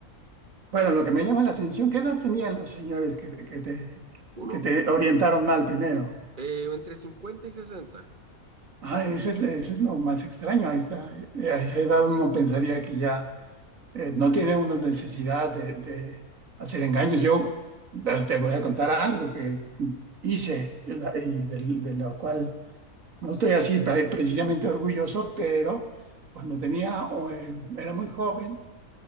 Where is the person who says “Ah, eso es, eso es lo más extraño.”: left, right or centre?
Right